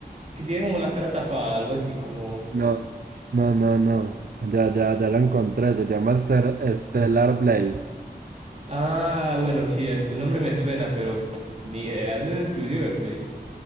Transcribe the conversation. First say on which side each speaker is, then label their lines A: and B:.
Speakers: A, on the right (about 40°); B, on the right (about 60°).
A: que tiene como la cara tapada, algo así como.
B: No, no, no, no. Ya, ya, ya la encontré. Se llama Ester- Stellar Blade.
A: Ah, bueno, sí, el, el nombre me suena, pero ni idea, ese es exclusivo de Play.